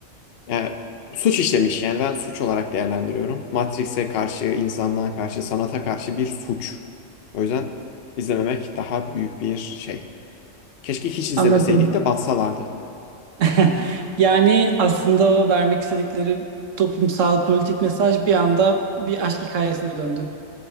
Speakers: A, on the left (about 60°); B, on the right (about 75°).
A: yani suç işlemiş yani ben suç olarak değerlendiriyorum. Matrix'e karşı, insanlığa karşı, sanata karşı bir suç. O yüzden izlememek daha büyük bir şey. Keşke hiç izlemeseydik
B: anladım.
A: de batsalardı.
B: <laughs> Yani aslında o vermek istedikleri toplumsal politik mesaj bir anda bir aşk hikayesine döndü.